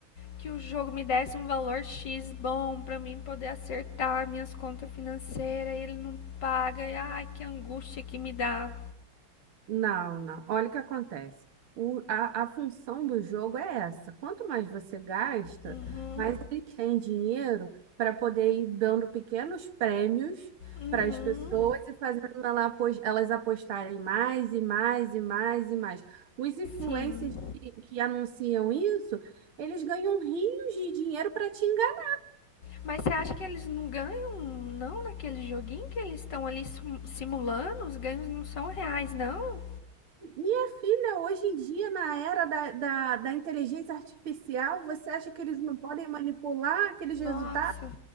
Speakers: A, on the left; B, on the right.
A: que o jogo me desse um valor X bom pra mim poder acertar minhas contas financeiras e ele não paga. E, ai, que angústia que me dá.
B: Não, não. Olha o que acontece. O- a, a função do jogo é essa. Quanto mais você gasta,
A: Uhum,
B: mais ele tem dinheiro para poder ir dando pequenos prêmios
A: uhum,
B: para as pessoas e fazendo ela apos- elas apostarem mais e mais e mais e mais. Os influencers
A: sim.
B: que, que anunciam isso, eles ganham rios de dinheiro para te enganar.
A: Mas você acha que eles não ganham, não, naquele joguinho que eles estão ali sim- simulando? Os ganhos não são reais, não?
B: Minha filha, hoje em dia, na era da, da, da inteligência artificial, você acha que eles não podem manipular aqueles resultados?
A: Nossa.